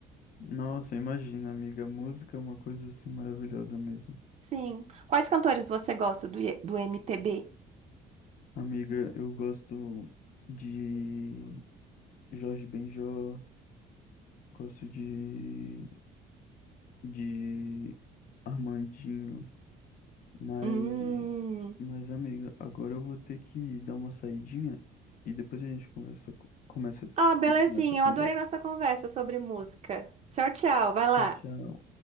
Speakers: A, on the left; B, on the right.
A: Nossa, imagina, amiga, a música é uma coisa assim maravilhosa mesmo.
B: Sim. Quais cantores você gosta do, I- do MPB?
A: Amiga, eu gosto de Jorge Benjor, gosto de de Armandinho. Mas,
B: Hum.
A: mas amiga, agora eu vou ter que dar uma saidinha e depois a gente conversa, começa,
B: Ah, belezinha.
A: continua essa conversa.
B: Eu adorei nossa conversa sobre música. Tchau, tchau. Vai lá.
A: Tchau, tchau.